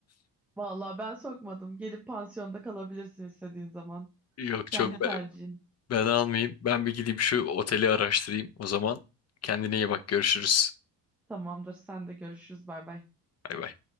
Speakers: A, in the centre; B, on the left.
A: Vallahi ben sokmadım. Gelip pansiyonda kalabilirsin istediğin zaman.
B: Yok
A: Kendi
B: çok
A: tercihin.
B: Ben almayayım. Ben bir gideyim şu oteli araştırayım o zaman. Kendine iyi bak. Görüşürüz.
A: Tamamdır. Sen de görüşürüz. Bay bay.
B: Bay bay.